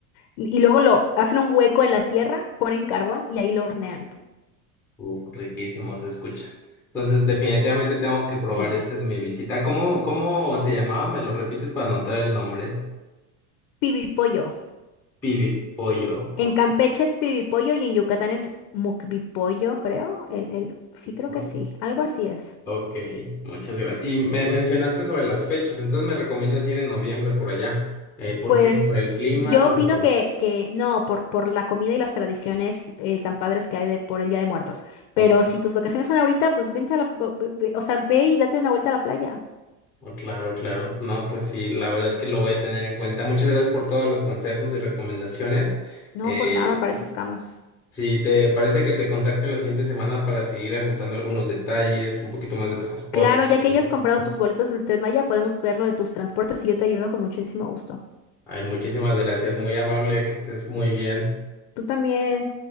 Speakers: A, on the left; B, in the centre.
A: Y luego lo hacen un hueco en la tierra, ponen carbón y ahí lo hornean.
B: uf, riquísimo, se escucha. Entonces, definitivamente tengo que probar
A: Y
B: eso en mi visita. ¿Cómo, cómo se llamaba? ¿Me lo repites para anotar el nombre?
A: pibi pollo.
B: Pibi Pollo. Ok,
A: En Campeche es pibipollo y en Yucatán es mukbipollo, creo. El, el, sí, creo
B: pollo.
A: que sí. Algo así es.
B: ok, muchas gracias. Y me mencionaste sobre las fechas, entonces me recomiendas ir en noviembre por allá. Eh, ¿por
A: Pues
B: qué? ¿Por el clima
A: sí, yo
B: o...?
A: opino que, que no, por, por la comida y las tradiciones eh, tan padres que hay de, por el Día de Muertos.
B: Ok,
A: Pero si tus vacaciones son ahorita, pues vente a la, ve- ve- ve- o sea, ve y date una vuelta a la playa.
B: oh, claro, claro. No, pues sí, la verdad es que lo voy a tener en cuenta. Muchas gracias por todos los consejos y recomendaciones.
A: No,
B: Eh,
A: por nada, para eso estamos.
B: Si te parece que te contacte la siguiente semana para seguir ajustando algunos detalles, un poquito más de transporte.
A: Claro, ya que
B: por
A: hayas comprado tus boletos del Tren Maya, podemos ver lo de tus transportes y yo te ayudo con muchísimo gusto.
B: Ay, muchísimas gracias, muy amable, que estés muy bien.
A: Tú también.